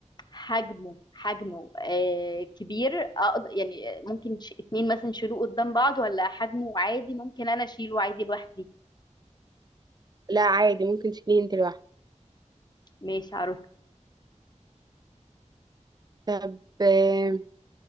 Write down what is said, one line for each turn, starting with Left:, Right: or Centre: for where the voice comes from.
Left: حجمه حجمه آه كبير أقد- يعني ممكن ش- اتنين مثلا يشيلوه قدام بعض ولا حجمه عادي ممكن انا اشيله عادي لوحدي
Right: لا عادي ممكن تشيليه انت لوحدك
Left: ماشي عروس
Right: طب آه،